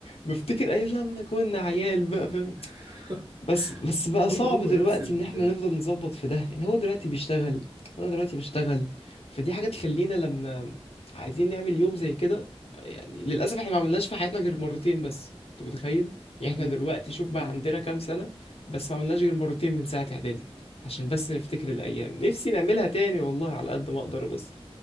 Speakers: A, on the left; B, on the right.
A: بفتكر أيام لما كنا عيال بقى فاهم
B: <laughs>
A: بس بس بقى
B: هو
A: صعب
B: هو
A: دلوقتي
B: نفس ال
A: ان احنا نفضل نظبط في ده يعني هو دلوقتي بيشتغل وانا دلوقتي بشتغل فدي حاجة تخلينا لما عايزين نعمل يوم زي كده يعني للأسف احنا ما عملناش في حياتنا غير مرتين بس انت متخيل يعني
B: مم.
A: احنا دلوقتي شوف بقى
B: ايوه
A: عندنا كام سنة بس ما عملناش غير مرتين من ساعة اعدادي عشان بس نفتكر الأيام نفسي نعملها تاني والله على قد ما أقدر بس